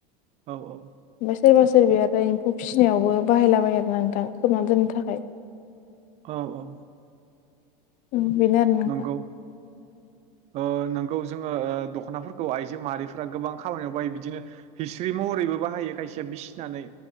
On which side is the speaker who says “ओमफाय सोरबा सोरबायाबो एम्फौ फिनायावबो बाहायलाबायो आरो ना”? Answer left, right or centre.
Left